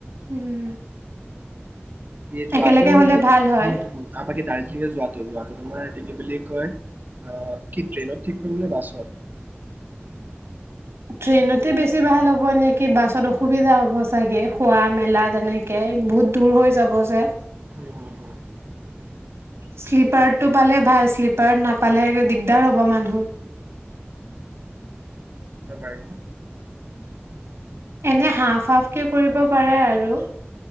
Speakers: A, on the right; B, on the right.
A: উম।
B: কি যোৱাটোও
A: একেলগে হলে
B: কি, উম,
A: ভাল হয়
B: হম, হম, তাৰপা কি দাৰ্জিয়ে যোৱা। কে বোৱাটো তোমাৰ কি বুলি কয়, আ, কি ট্ৰেইনত ঠিক কৰিম নে, বাছত?
A: ট্ৰেইনতে বেছি ভাল হ'ব নেকি, বাছত অসুবিধা হ'ব চাগে, খোৱা- মেলা তেনেকে বহুত দূৰ হৈ যাব যে।
B: হম, হম, হম।
A: শ্লীপাৰতটো
B: সেইটো কাৰণে
A: পালে ভাল, শ্লীপাৰত নাপালে দিগদাৰ হ'ব মানুহ।
B: অ পাৰি।
A: এনে হাফ হাফ কে কৰিব পাৰে আৰু।